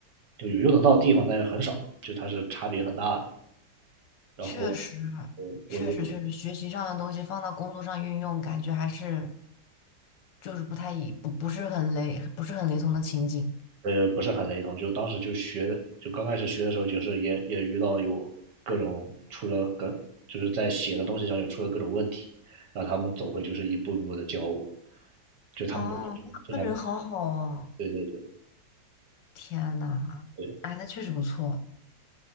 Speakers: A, on the right; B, on the left.
A: 就有用得到的地方，但是很少，就它是差别很大的。然后
B: 确实，确实，
A: 我就
B: 确实，学习上的东西放到工作上运用，感觉还是就是不太一不不是很雷，不是很雷同的情景。
A: 呃，不是很雷同，就当时就学的，就刚开始学的时候，就是也也遇到有各种出了各，就是在写的东西上有出了各种问题，然后他们总会就是一步一步的教我，就他们就
B: 哦，
A: 非常，
B: 那人好好啊。
A: 对对对
B: 天呐，
A: 对，
B: 哎，那确实不错。